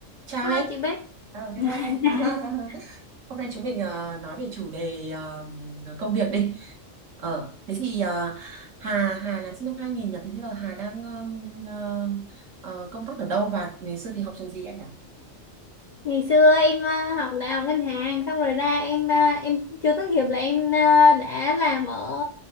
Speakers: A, on the right (about 80°); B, on the left (about 60°).
A: Chào
B: Hello
A: em,
B: chị Bích
A: Ờ, hello
B: <laughs>
A: em. <laughs> Hôm nay chúng mình ờ, nói về chủ đề ờ, công việc đi. Ờ, thế thì ờ, Hà Hà là sinh năm 2000 nhỉ? Thế bây giờ Hà đang ờm, ờ, ờ, công tác ở đâu và ngày xưa thì học trường gì em nhỉ?
B: Ngày xưa em ờ, học đại học ngân hàng xong rồi ra em ờ, em chưa tốt nghiệp là em ờ, đã làm ở